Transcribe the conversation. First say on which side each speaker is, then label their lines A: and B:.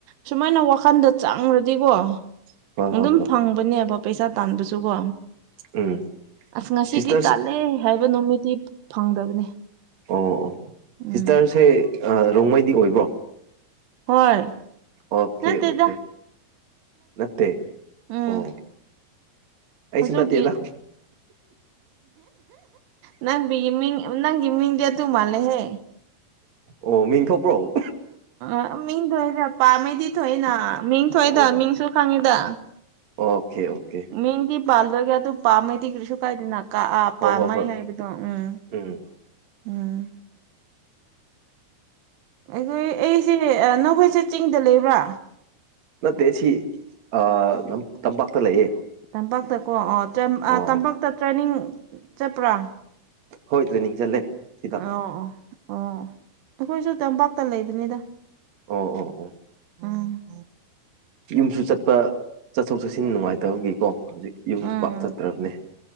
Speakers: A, on the right; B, on the right.
A: ꯁꯨꯃꯥꯏꯅ ꯋꯥ ꯐꯟꯗ ꯆꯪꯔꯗꯤꯀꯣ
B: ꯍꯣꯏ ꯍꯣꯏ
A: ꯑꯗꯨꯝ
B: ꯍꯣꯏ
A: ꯐꯪꯕꯅꯦꯕ ꯄꯩꯁꯥ ꯇꯥꯟꯗ꯭ꯔꯁꯨꯀꯣ
B: ꯎꯝ
A: ꯑꯁ ꯉꯁꯤꯗꯤ
B: ꯁꯤꯁꯇꯔꯁ
A: ꯇꯥꯂꯦ ꯍꯥꯏꯕ ꯅꯨꯃꯤꯠꯇꯤ ꯐꯪꯗꯕꯅꯦ
B: ꯑꯣ ꯑꯣ
A: ꯎꯝ
B: ꯁꯤꯁꯇꯔꯁꯦ ꯑ ꯔꯣꯡꯃꯩꯗꯤ ꯑꯣꯏꯕ꯭ꯔꯣ
A: ꯍꯣꯏ
B: ꯑꯣꯀꯦ
A: ꯅꯠꯇꯦꯗ
B: ꯑꯣꯀꯦ ꯅꯠꯇꯦ
A: ꯎꯝ
B: ꯑꯣ ꯑꯩꯁꯨ
A: ꯑꯗꯨꯒꯤ
B: ꯅꯠꯇꯦꯗ
A: ꯅꯪꯒꯤꯒꯤ ꯃꯤꯡ ꯅꯪꯒꯤ ꯃꯤꯡꯗꯤ ꯇꯨ ꯃꯥꯜꯦꯍꯦ
B: ꯑꯣ ꯃꯤꯡ ꯊꯣꯛꯄ꯭ꯔꯣ
A: ꯑ ꯃꯤꯡ ꯊꯣꯛꯏꯗ ꯄꯥꯝꯃꯩꯗꯤ ꯊꯣꯛꯑꯏꯅ ꯃꯤꯡ
B: ꯑꯣ
A: ꯊꯣꯛꯏꯗ ꯃꯤꯡꯁꯨ ꯈꯪꯉꯤꯗ
B: ꯑꯣꯀꯦ ꯑꯣꯀꯦ
A: ꯃꯤꯡꯗꯤ ꯄꯥꯜꯗꯣꯏꯒꯦ ꯑꯗꯨ ꯄꯥꯝꯃꯦꯩꯗꯤ ꯀꯩꯁꯨ ꯀꯥꯏꯗꯦꯅ ꯀꯛꯑ
B: ꯍꯣꯏ
A: ꯄꯥꯝꯃꯩ
B: ꯍꯣꯏ ꯍꯣꯏ
A: ꯍꯥꯏꯕꯗꯣ ꯎꯝ
B: ꯎꯝ
A: ꯎꯝ ꯑꯩꯈꯣꯏ ꯑꯩꯁꯦ ꯅꯈꯣꯏꯁꯦ ꯆꯤꯡꯗ ꯂꯩꯕ꯭ꯔꯥ
B: ꯅꯠꯇꯦ ꯁꯤ ꯑ ꯇꯝꯄꯥꯛꯇ ꯂꯩꯌꯦ
A: ꯇꯝꯄꯥꯛꯇ ꯀꯣ ꯑꯣ ꯇꯔꯦꯝ
B: ꯑꯣ
A: ꯑ ꯇꯝꯄꯥꯛꯇ ꯇ꯭ꯔꯦꯅꯤꯡ ꯆꯠꯄ꯭ꯔꯥ
B: ꯍꯣꯏ ꯇ꯭ꯔꯦꯅꯤꯡ ꯆꯠꯂꯦ ꯁꯤꯗ
A: ꯑꯣ ꯑꯣ ꯑꯣ ꯑꯩꯈꯣꯏꯁꯨ ꯇꯝꯄꯥꯛꯇ ꯂꯩꯕꯅꯤꯗ
B: ꯑꯣ ꯑꯣ ꯑꯣ
A: ꯎꯝ
B: ꯌꯨꯝꯁꯨ ꯆꯠꯄ ꯆꯠꯊꯣꯛ ꯆꯠꯁꯤꯟ ꯅꯨꯡꯉꯥꯏꯇꯕꯒꯤꯀꯣ ꯍꯧꯖꯤꯛ ꯌꯨꯝ
A: ꯎꯝ
B: ꯄꯥꯛ ꯆꯠꯇ꯭ꯔꯝꯅꯦ